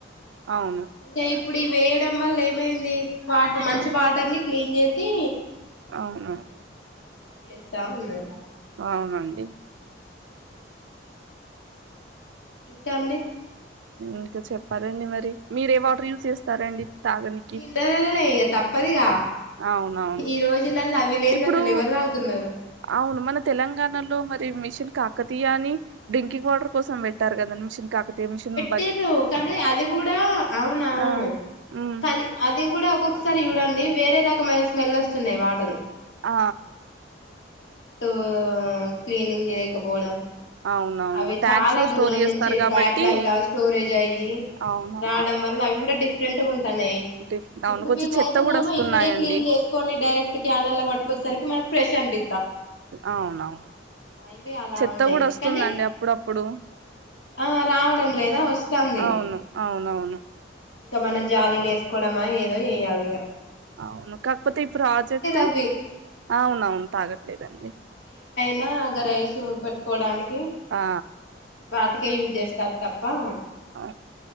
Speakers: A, on the right; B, on the left.
A: అవును
B: ఇంగ ఇప్ ఇప్పుడి వేయడం వల్ల ఏమైంది వాటర్ మంచి
A: ఆ
B: వాటర్ని క్లీన్ జేసి
A: అవును
B: ఏసావున్నరు
A: అవునండి
B: ఇంకా అండి
A: ఇంకా చెప్పాలండి మరి మీరు ఏ వాటర్ యూజ్ చేస్తారండి తాగనికి
B: మినరలే ఇక తప్పదిగా
A: అవును అవును
B: ఈ రోజులలో అవి లేనిది
A: ఇప్పుడు
B: అసలు ఎవరు తాగుతున్నారు
A: అవును మన తెలంగాణలో మరి మిషన్ కా క తీ అని డ్రింకింగ్ వాటర్ కోసం పెట్టారు కదా మిషన్ కాక తె మిషను
B: టిర్రు కానీ అది కూడా అవును అవును
A: ఆ ఉమ్
B: కానీ అది కూడా ఒక్కొక్కసారి చూడండి వేరే రకమైన స్మెల్ వస్తున్నాయ్ వాటరు
A: ఆ
B: టు క్లీనింగ్ జేయకపోవడం
A: అవునవును
B: అవి
A: ట్యాంక్స్
B: చాలా
A: లో స్టోర్
B: దూరం
A: చేస్తారు
B: నుంచి
A: కాబట్టి
B: ట్యాప్ స్టోరేజ్ అయ్యి
A: అవునవును
B: రావడం వల్ల అవి గూడ డిఫెరెంట్ ఉం టనయ్
A: డిఫరెంట్
B: ఇప్పుడు
A: అవును కొంచెం
B: వీళ్ళయితేనేమో
A: చెత్త కూడా వస్తున్నాయండి
B: ఇక్కడే క్లీన్ చేసుకొని డైరెక్ట్ క్యాన్లల్లో వట్టుకొచ్చేసరికి మనకు ఫ్రెష్ చెంబి
A: అవును అవును
B: ఇవి అలా
A: చెత్త
B: ఉన్నాయి
A: కూడా వస్తుందండి
B: కానీ
A: అప్పుడప్పుడు
B: ఆ రావడం లేదా వస్తాంది
A: అవును అవునవును
B: ఇంకా మనం జాలీలు వేసుకోవడమా ఏదో చేయ్యాలి ఇగ
A: అవును కాకపోతే ఈ ప్రాజెక్ట్
B: అవి
A: అవునవును తాగట్లేదండి
B: ఇగ గా రైస్ పెట్టుకోవడాని కి
A: ఆ
B: వాటికే యూజ్ చేస్తా పా
A: అ